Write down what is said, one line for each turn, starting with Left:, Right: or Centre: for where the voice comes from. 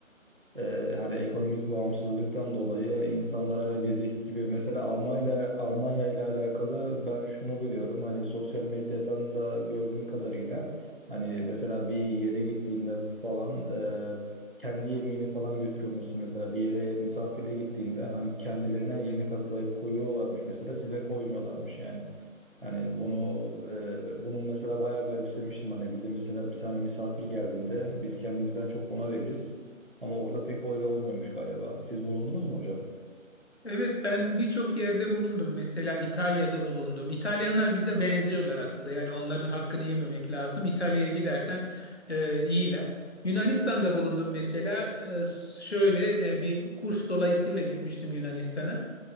Right: e, e, hani ekonomik bağımsızlıktan dolayı insanlar hani bizdeki gibi mesela Almanya Almanya ile alakalı ben şunu biliyorum hani sosyal medyadan da gördüğüm kadarıyla hani mesela bir yere gittiğinde falan e, kendi yemeğini falan götürüyor musun mesela bir yere misafirle gittiğinde hani kendilerine yemek hazırlayıp koyuyorlarmış mesela size koymuyorlarmış yani. Hani bunu e, bunu mesela bayağı garipsemiştim hani bize mesela bir tane misafir geldiğinde biz kendimizden çok ona veririz ama orada pek öyle olmuyormuş galiba. Siz bulundunuz mu hocam?
Left: Evet ben birçok yerde bulundum. Mesela İtalya'da bulundum. İtalyanlar bize benziyorlar aslında. Yani onların hakkını yememek lazım. İtalya'ya gidersen e, iyiler. Yunanistan'da bulundum mesela. E, şöyle e, bir kurs dolayısıyla gitmiştim Yunanistan'a.